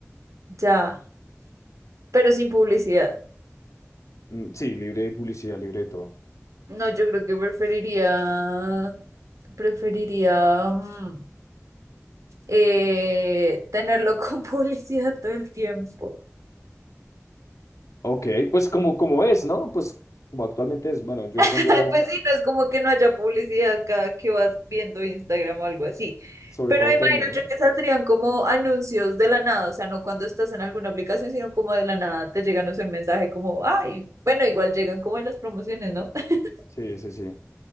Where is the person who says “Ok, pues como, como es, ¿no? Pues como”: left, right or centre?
Left